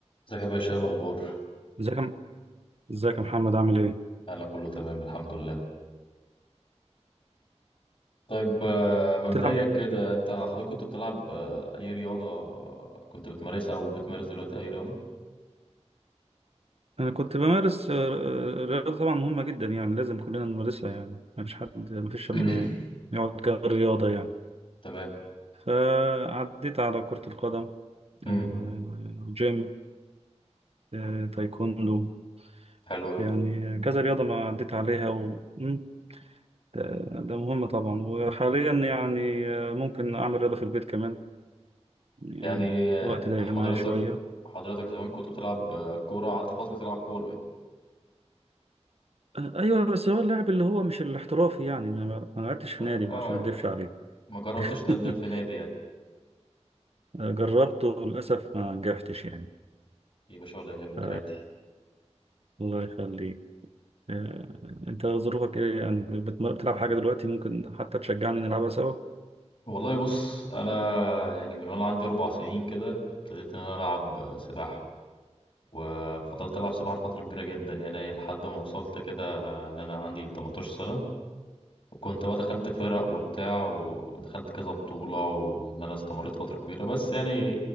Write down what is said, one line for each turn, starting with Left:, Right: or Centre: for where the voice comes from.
Left: ازيك يا باشا ايه الاخبار
Right: ازيك يا- ازيك يا محمد عامل ايه؟
Left: انا كله تمام الحمد لله طيب آه، مبدئيا
Right: بتلعب؟
Left: كده انت حضرتك كنت بتلعب آه، اي رياضه آه، كنت بتمارسها او بتمارس دلوقتي اي رياضه
Right: انا كنت بمارس آه، آه، رياضة طبعا مهمة جدا يعني لازم كلنا نمارسها يعني مفيش حد مفيش شباب
Left: <coughs>
Right: يقعد كده غير رياضة يعني
Left: تمام
Right: فعديت على كرة القدم
Left: امم
Right: آه، جيم آه، تايكوندو
Left: حلو قوي
Right: يعني كذا رياضة ما عديت عليها و... مم، ده ده مهم طبعا وحاليا يعني آه، ممكن أعمل رياضة في البيت كمان يعني
Left: يعني آه،
Right: الوقت ضيق
Left: حضرتك
Right: معايا شوية
Left: حضرتك زمان كنت بتلعب آه، كوره قعدت فتره تلعب كوره يعني
Right: ايوه بس هو اللاعب اللي هو مش الاحترافي يعني انا ما ما لعبتش في
Left: اه
Right: نادي
Left: آه،
Right: بقى عشان ما اكدبش عليك
Left: ما جربتش
Right: <laughs>
Left: تقدم في نادي يعني
Right: جربته وللاسف ما نجحتش يعني
Left: يا باشا ولا يهمك
Right: ف...
Left: عادي
Right: الله يخليك آه، انت ظروفك ايه يعني بتم- بتلعب حاجه دلوقتي ممكن حتى تشجعني نلعبها سوا
Left: والله بص انا يعني من وانا عندي اربع سنين كده ابتديت ان انا العب آه، سباحه وفضلت ألعب سباحة لفترة كبيرة جدا يعني لحد ما وصلت كده إن أنا عندي 18 سنة وكنت بقى دخلت فرق وبتاع ودخلت كذا بطولة وإن أنا استمريت فترة كبيرة بس يعني